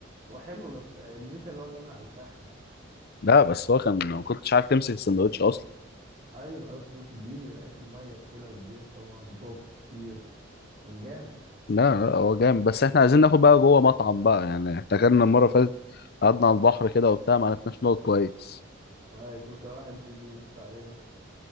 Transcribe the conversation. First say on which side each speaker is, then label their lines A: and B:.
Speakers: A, on the right; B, on the left.
A: هو حلو بس آه، الميزه اللي هو بيعمل على الفحم
B: لا بس هو كان ما كنتش عارف تمسك السندوتش اصلا
A: ايوه ايوه سندوتش كبير عيش مميز كده وكبير طبعا بطاطس كتير كان جامد
B: لا لا هو جامد بس احنا عايزين ناخد بقى جوه مطعم بقى يعني احنا كنا المره اللي فاتت قعدنا على البحر كده وبتاع ما عرفناش نقعد كويس
A: آه، كل شويه واحد يجي يبص علينا